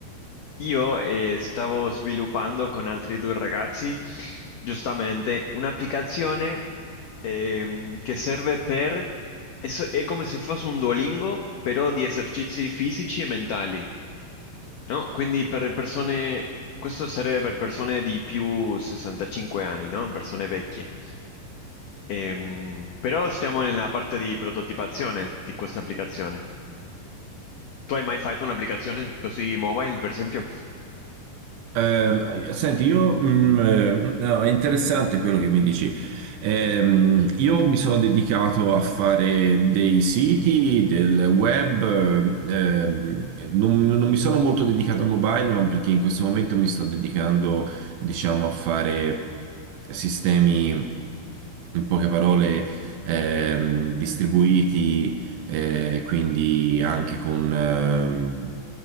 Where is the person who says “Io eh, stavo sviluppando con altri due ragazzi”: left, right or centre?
Left